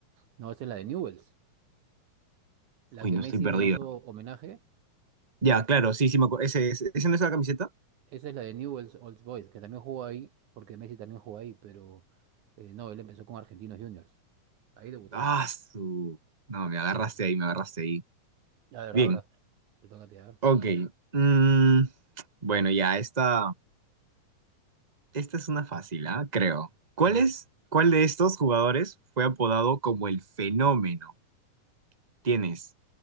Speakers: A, on the right (about 70°); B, on the right (about 20°).
A: No, esa es la de Newell's. La
B: Uy,
A: que
B: no
A: Messi
B: estoy perdido.
A: le hizo homenaje,
B: Ya, claro, sí, sí me acuerdo. ¿Ese, ese, ese no es la camiseta?
A: esa es la de Newell's Old Boys, que también jugó ahí, porque Messi también jugó ahí, pero eh, no, él empezó con Argentinos Juniors. Ahí debutó.
B: Ah, su. No, me agarraste
A: Sí.
B: ahí, me agarraste ahí.
A: A ver,
B: Bien,
A: ahora, te toca a ti, a ver.
B: ok. Mm, bueno, ya, esta. Esta es una fácil, ¿ah? Creo. ¿Cuál
A: A ver.
B: es, cuál de estos jugadores fue apodado como el fenómeno? ¿Tienes